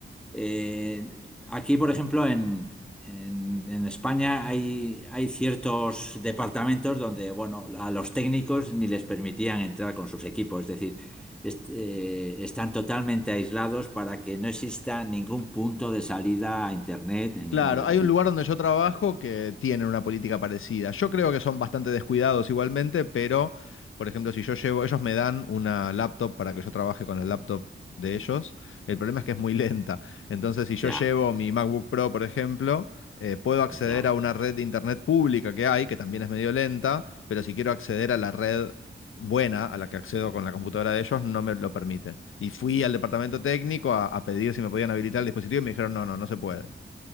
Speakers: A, in the centre; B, on the left (about 80°).
A: Eh, aquí, por ejemplo, en, en- en España hay, hay ciertos departamentos donde, bueno, a los técnicos ni les permitían entrar con sus equipos, es decir, est- eh, están totalmente aislados para que no exista ningún punto de salida a internet ni
B: Claro,
A: nada, es
B: hay
A: decir,
B: un lugar
A: que
B: donde yo trabajo que tienen una política parecida. Yo creo que son bastante descuidados igualmente, pero, por ejemplo, si yo llevo, ellos me dan una laptop para que yo trabaje con el laptop de ellos, el problema es que es muy <laughs> lenta. Entonces, si yo
A: ya,
B: llevo mi MacBook Pro, por ejemplo, eh, puedo acceder
A: ya,
B: a una red de internet pública que hay, que también es medio lenta, pero si quiero acceder a la red buena, a la que accedo con la computadora de ellos, no me lo permite. Y fui al departamento técnico a, a pedir si me podían habilitar el dispositivo y me dijeron, no, no, no se puede.